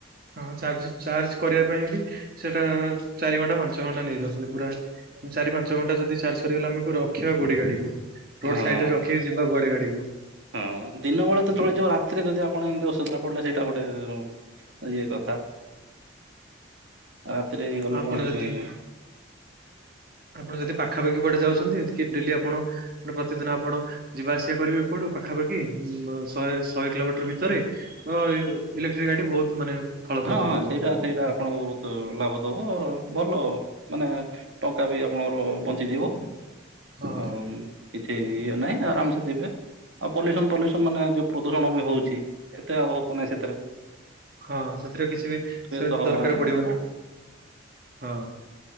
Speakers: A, on the right; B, on the right.
A: ହଁ ଚାର୍ଜ ଚାର୍ଜ କରିବା ପାଇଁ ବି ସେଇଟା ଚାରି ଘଣ୍ଟା ପାଞ୍ଚ ଘଣ୍ଟା ନେଇଯାଉଛନ୍ତି ପୁରା। ଚାରି ପାଞ୍ଚ ଘଣ୍ଟା ଯଦି ଚାର୍ଜ ସରିଗଲା ଆମେ ରଖିବା କୋଉଠି ଗାଡିକୁ? ରୋଡ
B: ହଁ
A: ସାଇଟି ରେ ରଖିକି ଯିବା କୁଆଡେ ଗାଡିକୁ?
B: ହଁ ଦିନ ବେଳେ ତ ଚଳିଯିବ ରାତିରେ ଯଦି ଆପଣ ଏମିତି ଅସୁବିଧାରେ ପଡିଲା ସେଇଟା ଗୋଟେ ଇଏ କଥା। ରାତିରେ ଏଇ ଗଲେ
A: ଆପଣ
B: ପୁଣି
A: ଯଦି ଆପଣ ଯଦି ପାଖାପାଖି କୁଆଡେ ଯାଉଛନ୍ତି କି ଡେଲି ଆପଣ ପ୍ରତିଦିନ ଆପଣ ଯିବା ଆସିବା କରିବେ କୁଆଡୁ ପାଖାପାଖି ଉବ ଶହେ ଶହେ କିଲୋମିଟର ଭିତରେ ତ ଅ ଇଲେକ୍ଟ୍ରିକ ଗାଡି ବହୁତ ମାନେ ଫଳପ୍ରଦ
B: ହଁ ହଁ
A: ରହିବ।
B: ସେଇଟା ସେଇଟା ଆପଣଙ୍କୁ ତ ଲାଭ ଦେବ ଭଲ ମାନେ ଟଙ୍କା ବି ଆପଣଙ୍କର ବଞ୍ଚିଯିବ।
A: ହଁ
B: ଆଉ କିଛି ଇଏ ନାହିଁ ଆରାମସେ ଯିବେ। ଆଉ ପଲ୍ୟୁସନ ପଲ୍ୟୁସନ ମାନେ ଯୋଉ ପ୍ରଦୂଷଣ ବି ହଉଛି ଏତେ ଆଉ ହବ ନାହିଁ ସେଥିରେ।
A: ହଁ ସେଥିରେ କିଛି ବି ସେମିତି
B: ଏ ତ ହବ
A: ଦରକାର
B: ନା
A: ପଡିବନି।
B: ନା ସେଇଟା
A: ହଁ।